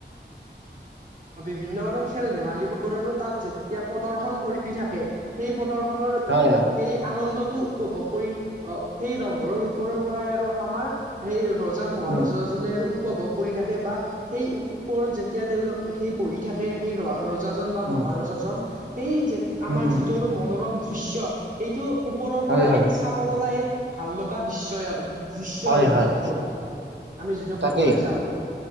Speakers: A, on the right (about 45°); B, on the right (about 75°).
A: বিভিন্ন আৰু খেল-ধেমালিবোৰৰো তাত যেতিয়া প্ৰদৰ্শন কৰি থাকে সেই প্ৰদৰ্শনৰ
B: হয় হয়।
A: সেই আনন্দটো উপভোগ কৰি আ সেই ৰংঘৰৰ ওপৰৰ পৰাই আৰু আমাৰ সেই ৰজা, মহাৰজাজনে
B: উম
A: আৰু উপভোগ কৰি থাকে বা সেই ওপৰত যেতিয়া তেওঁলোক সেই বহি থাকে সেই ৰ ৰজাজন বা
B: উম
A: মহাৰজাজন সেই যে আমাৰ
B: উম উম
A: যিটো আৰু মনোৰম দৃশ্য সেইটো ওপৰৰ
B: হয়
A: পৰা
B: হয়
A: এক চাব লগা এক ভাল লগা দিশ্যই দৃশ্য
B: হয়
A: আৰু
B: হয়
A: বিশেষকৈ। আমি যিটো
B: তাকেই
A: ক'বলৈ যাওঁ।